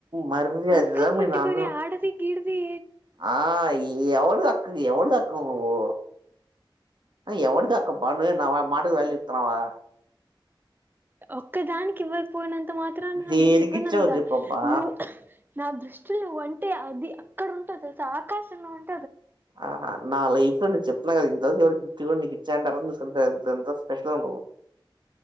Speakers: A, on the right; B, on the right.
A: మర్యాద
B: అక్కని
A: మీ
B: పట్టుకొని
A: నాన్న
B: ఆడది గిడది
A: ఆ యెవడు అక్కకి యెవడి అక్కవ్ నువ్వు అ ఎవడికి అక్క <unintelligible> నా మాటకు వాల్యూ ఇత్తున్నావా
B: ఒక్కదానిక్ ఇవ్వక్పోయినంత మాత్రన
A: దేనికి
B: నీకివ్వనంద
A: ఇచ్చావు చెప్పబ్బా
B: నువ్ నా దృష్టిల్ నువంటే అది అక్కడ ఉంటవ్ తెల్సా ఆకాశంలో ఉన్
A: ఆహా నా లైఫ్ అని చెప్ ఇంత ఎవ గిఫ్ట్ కుడా నీకిచ్చ ఎంత స్పెషలొ నువ్